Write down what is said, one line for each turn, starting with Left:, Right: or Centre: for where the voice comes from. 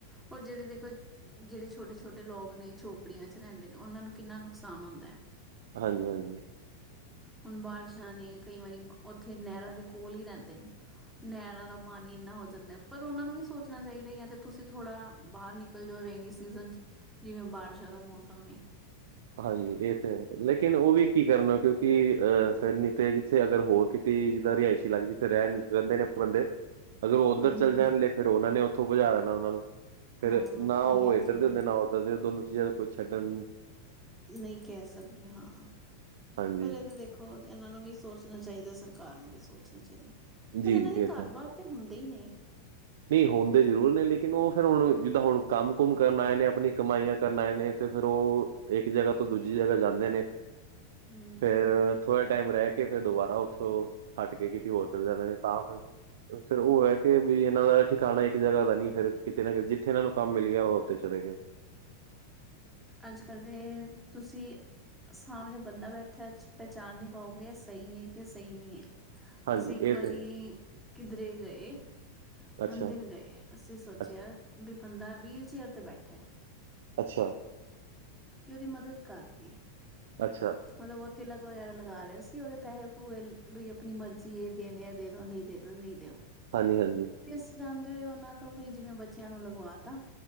Centre: ਉਹ ਜਿਹੜੇ ਦੇਖੋ ਜਿਹੜੇ ਛੋਟੇ- ਛੋਟੇ ਲੋਕ ਨੇ ਝੋਪੜੀਆਂ 'ਚ ਰਹਿੰਦੇ ਨੇ ਉਹਨਾਂ ਨੂੰ ਕਿੰਨਾ ਨੁਕਸਾਨ ਹੁੰਦਾ।
Right: ਹਾਂਜੀ- ਹਾਂਜੀ।
Centre: ਹੁਣ ਬਾਰਿਸ਼ਾਂ ਨੇ, ਕਈ ਵਾਰੀ ਉੱਥੇ ਨਹਿਰਾਂ ਦੇ ਕੋਲ ਹੀ ਰਹਿੰਦੇ ਨੇ। ਨਹਿਰਾਂ ਦਾ ਪਾਣੀ ਇੰਨਾ ਹੋ ਜਾਂਦਾ ਹੈ। ਪਰ ਉਹਨਾਂ ਨੂੰ ਵੀ ਸੋਚਣਾ ਚਾਹੀਦਾ ਹੈ। ਤੇ ਤੁਸੀਂ ਥੋੜ੍ਹਾ ਬਾਹਰ ਨਿਕਲ ਲ ਜੋ ਰੇਨੀ ਸੀਜ਼ਨ ' ਜਿਵੇਂ ਬਾਰਿਸ਼ਾਂ ਦਾ ਮੌਸਮ ਏ
Right: ਹਾਂਜੀ ਇਹ ਤੇ ਹੈ, ਲੇਕਿਨ ਉਹ ਵੀ ਕੀ ਕਰਨ ਕਿਉਂਕਿ ਅਹ ਸੈਨੀ ਤੇ ਜਿੱਥੇ ਅਗਰ ਹੋਰ ਕੀਤੀ ਜਿੱਦਾਂ ਰਿਹਾਇਸ਼ੀ ਲੱਗਦੀ ਜਿੱਥੇ ਰਹਿਣ ਦਿੰਦੇ ਨੇ ਬੰਦੇ ਅਗਰ ਉਹ ਉੱਧਰ
Centre: ਹੂੰ-ਹੂੰ
Right: ਚੱਲ ਜਾਣ ਲੇਕਿਨ ਉਹਨਾ ਨੇ ਉੱਥੋਂ ਭਜਾ ਦੇਣਾ ਉਹਨਾਂ ਨੂੰ। ਫਿਰ
Centre: ਹਾਂ
Right: ਨਾ
Centre: ਨਹੀਂ
Right: ਉਹ
Centre: ਇਹ
Right: ਇੱਧਰ
Centre: ਤੇ ਹੈ
Right: ਦੇ ਹੁੰਦੇ ਨਾ ਉੱਧਰ ਦੇ, ਦੋਨੋ ਚੀਜ਼ਾਂ ਕੋਈ ਛੱਡਣ ਨੂੰ
Centre: ਨਹੀਂ ਕਹਿ ਸਕਦੇ ਹਾਂ,
Right: ਹਾਂਜੀ
Centre: ਪਰ ਇਹ ਤਾਂ ਦੇਖੋ ਖੁਦ ਇਹਨਾਂ ਨੂੰ ਵੀ ਸੋਚਣਾ ਚਾਹੀਦਾ, ਸਰਕਾਰ ਨੂੰ ਵੀ ਸੋਚਣਾ ਚਾਹੀਦਾ ਪਰ
Right: ਜੀ,
Centre: ਇਹਨਾਂ
Right: ਜੀ
Centre: ਦੇ
Right: ਇਹ ਤਾਂ
Centre: ਘਰ
Right: ਹੈ।
Centre: -ਬਾਰ ਤੇ ਹੁੰਦੇ ਹੀ ਨੇ
Right: ਨਹੀਂ ਹੋਂਦੇ ਜ਼ਰੂਰ ਨੇ ਲੇਕਿਨ ਉਹ ਫੇਰ ਹੁਣ ਜਿੱਦਾਂ ਹੁਣ ਕੰਮ ਕੁਮ ਕਰਨ ਆਏ ਨੇ ਆਪਣੀ ਕਮਾਈਆਂ ਕਰਨ ਆਏ ਨੇ ਤੇ ਫੇਰ ਉਹ ਇੱਕ ਜਗ੍ਹਾ ਤੋਂ ਦੂਜੀ ਜਗ੍ਹਾ ਜਾਂਦੇ ਨੇ
Centre: ਹੂੰ
Right: ਫੇਰ ਥੋੜ੍ਹਾ ਟਾਈਮ ਰਹਿ ਕੇ ਫਿਰ ਦੁਬਾਰਾ ਉੱਥੋਂ ਹੱਟ ਕੇ ਕਿਤੇ ਹੋਰ ਚਲੇ ਜਾਂਦੇ ਨੇ ਤਾਂ ਫਿਰ ਫੇਰ ਉਹ ਹੈ ਕੇ ਬਈ ਇਹਨਾਂ ਦਾ ਠਿਕਾਣਾ ਇੱਕ ਜਗ੍ਹਾ ਦਾ ਨ ਫਿਰ ਕਿਤੇ ਨਾ ਕਿਤੇ ਜਿੱਥੇ ਇਹਨਾਂ ਨੂੰ ਕੰਮ ਮਿਲ ਗਿਆ ਉੱਥੇ ਚਲੇ ਗਏ।
Centre: ਅੱਜ ਕੱਲ੍ਹ ਦੇ ਤੁਸੀਂ ਸਾਹਮਣੇ ਬੰਦਾ ਬੈਠਾ ਅੱਜ ਪਹਿਚਾਣ ਨੀ ਪਾਉਗੇ ਸਹੀ ਹੈ ਕਿ ਸਹੀ ਨਹੀਂ ਹੈ।
Right: ਹਾਂਜੀ
Centre: ਅਸੀਂ ਇੱਕ
Right: ਇਹ
Centre: ਵਾਰੀ
Right: ਤੇ ਹੈ।
Centre: ਕਿਧਰੇ ਗਏ
Right: ਅੱਛਾ,
Centre: ਮੰਦਿਰ ਗਏ ਆ ਅਸੀਂ ਸੋਚਿਆ
Right: ਅੱਛ
Centre: ਬਈ ਬੰਦਾ ਵੀਲ ਚੇਅਰ ਤੇ ਬੈਠਾ,
Right: ਅੱਛਾ।
Centre: ਕਿ ਉਹਦੀ ਮਦਦ ਕਰਦੀ
Right: ਅੱਛਾ,
Centre: ਮਤਲਬ ਉਹ ਤਿਲਕ ਵਗੈਰਾ ਲਗਾ ਰਿਹਾ ਸੀ ਉਹਦੇ ਪੈਸੇ ਪੂਹੇ ਬਈ ਆਪਣੀ ਮਰਜ਼ੀ ਏ ਦੇਣੇ ਆ ਦੇ ਦੋ ਨਹੀਂ ਦੇਣੇ <unintelligible>
Right: ਹਾਂਜੀ-ਹਾਂਜੀ।
Centre: ਤੇ ਅਸੀਂ ਜਾਂਦੇ ਹੋਏ ਉਹਨਾਂ ਤੋਂ ਬਈ ਜਿਵੇਂ ਬੱਚਿਆਂ ਨੂੰ ਲਗਵਾ ਤਾ,